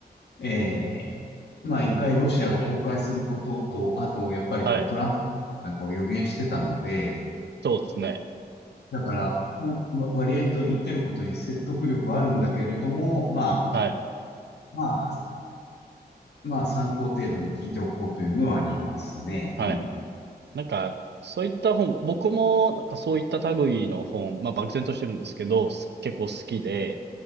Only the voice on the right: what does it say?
うん。
はい。
そうですね。
はい。
はい。
なんか、そういった本、僕もなんかそういった類の本、まあ漠然としてるんですけど、す結構好きで、